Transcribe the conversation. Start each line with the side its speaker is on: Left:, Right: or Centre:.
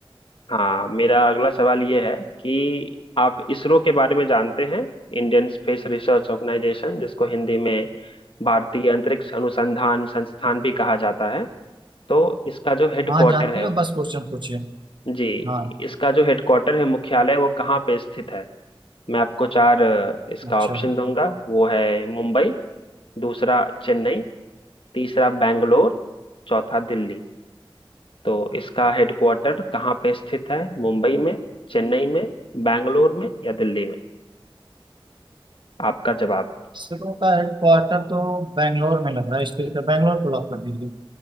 Left: हाँ मेरा अगला सवाल ये है कि आप इसरो के बारे में जानते हैं इंडियन स्पेस रिसर्च ऑर्गेनाइजेशन जिसको हिंदी में भारतीय अंतरिक्ष अनुसंधान संस्थान भी कहा जाता है तो इसका जो हेडक्वार्टर
Right: हाँ जानते
Left: है
Right: हैं बस क्वेश्चन पूछिए
Left: जी
Right: हाँ
Left: इसका जो हेडक्वार्टर है मुख्यालय वो कहाँ पे स्थित है मैं आपको चार अ, इसका
Right: अच्छा
Left: ऑप्शन दूंगा वो है मुंबई दूसरा चेन्नई तीसरा बैंगलोर चौथा दिल्ली तो इसका हेडक्वार्टर कहाँ पे स्थित है मुंबई में चेन्नई में बैंगलोर में या दिल्ली में आपका जवाब
Right: इसरो का हेडक्वार्टर तो बेंगलोर में लग रहा है स्थित है बेंगलोर को लॉक कर दीजिए